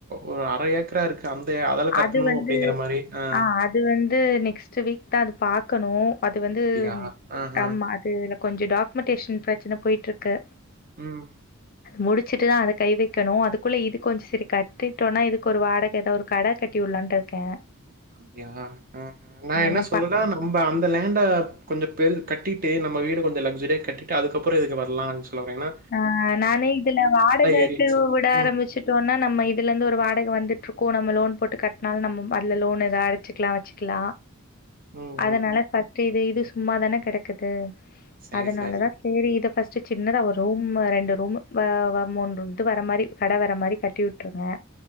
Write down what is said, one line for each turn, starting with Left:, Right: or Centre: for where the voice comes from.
Right: ஒரு அர ஏக்கரா இருக்கு வந்தெ அதல கட்ணு
Left: அது வந்து
Right: அப்டிங்கிற மாரி ஆஹ்
Left: ஆ அது வந்து நெக்ஸ்ட் வீக் தா அது பாக்கணு அது வந்து
Right: அப்டியா? ஆஹ.
Left: ஆமா இதல கொஞ்சம் டாக்குமெண்டேஷன் பிரச்சன போயிட்ருக்கு
Right: ம்
Left: முடிச்சிட்டுதா அத கை வெக்கணு அதுக்குள்ள இது கொஞ்சம் சரி கட்டிட்டோனா இதுக்கு ஒரு வாடக ஏதாது ஒரு கட கட்டி வுட்லான்ட்டுருக்கே
Right: அப்டியா ஹா நா என்ன
Left: ம்
Right: சொல்றனா
Left: ப
Right: நம்ப அந் தலேண்ட கொஞ்ச பெரு கட்டிட்டு நம் வீடு கொஞ்ச லக்ஸொரியாக கட்டிட்டு அதுக்கப்புற இதுக்கு வரலா அப் சொல்வற ஏனா
Left: ஆஹ் நானே இதுல வாடகைக்கு
Right: ஏறிடுச்சு
Left: விட ஆரம்பிச்சு
Right: ம்
Left: சோன்னா நம்ம இதுலந்து ஒரு வாடகை வந்துட்டுருக்கோ நம்ம லோன் போட்டு கட்னாலு நம்ம அதுல லோனு எதாவது அடைச்சிக்லா வச்சுக்லா
Right: ம்
Left: அதனால
Right: ம்
Left: ஃபஸ்ட் இது இது சும்மாதானே கெடக்குது
Right: சரி
Left: அதனாலதா
Right: சரி
Left: செரி இத ஃபஸ்ட் சின்னதா ஒரு ரூம்ம ரெண்டு ரூம் வா வ <unintelligible> வர மாரி கட வர மாரி கட்டிவுட் உட்ருவே